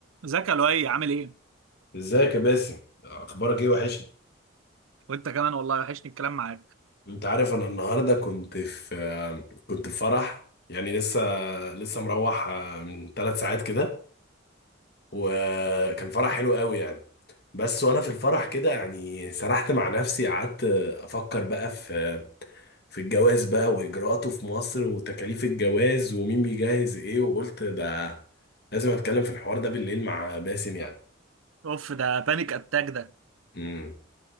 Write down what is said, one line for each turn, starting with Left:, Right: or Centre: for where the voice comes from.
Right: ازيك يا لؤي عامل ايه؟
Left: ازيك يا باسم اخبارك ايه وحشني
Right: وانت كمان والله وحشني الكلام معاك
Left: انت عارف انا النهارده كنت في كنت في فرح يعني لسه لسه مروح من ثلاث ساعات كده وكان فرح حلو قوي يعني بس وانا في الفرح كده يعني سرحت مع نفسي قعدت افكر بقى في في الجواز بقى واجراءاته في مصر وتكاليف الجواز ومين بيجهز ايه وقلت ده لازم اتكلم في الحوار ده بالليل مع باسم يعني
Right: اوف ده بانيك اتاك ده
Left: امم